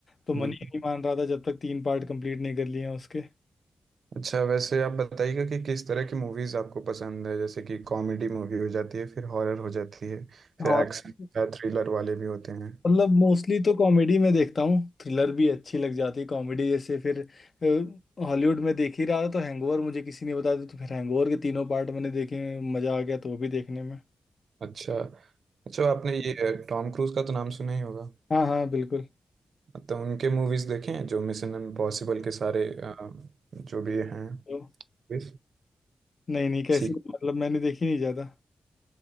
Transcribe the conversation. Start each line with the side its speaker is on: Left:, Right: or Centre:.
Left: तो मन
Right: हम्म।
Left: ही नहीं मान रहा था जब तक तीन पार्ट कंप्लीट नहीं कर लिए हैं उसके
Right: अच्छा वैसे आप बताइएगा कि किस तरह की मूवीज आपको पसंद है जैसे कि कॉमेडी मूवी हो जाती है फिर हॉरर हो जाती है
Left: हाँ
Right: फिर एक्शन या थ्रिलर वाले भी होते हैं
Left: मतलब मोस्टली तो कॉमेडी में देखता हूँ थ्रिलर भी अच्छी लग जाती है कॉमेडी जैसे फिर हॉलीवुड में देख ही रहा था तो हैंगओवर मुझे किसी ने बताया था, तो फिर हैंगओवर के तीनों पार्ट मैंने देखे मज़ा आ गया तो वो भी देखने में
Right: अच्छा अच्छा आपने ये टॉम क्रूज का तो नाम सुना ही होगा
Left: हाँ हाँ बिल्कुल
Right: तो उनके मूवीज देखे हैं जो मिशन इम्पॉसिबल के सारे अ, जो भी हैं
Left: तो,
Right: मूवीज
Left: नहीं नहीं कैसे
Right: सीक्वल
Left: मतलब मैंने देखी नहीं ज़्यादा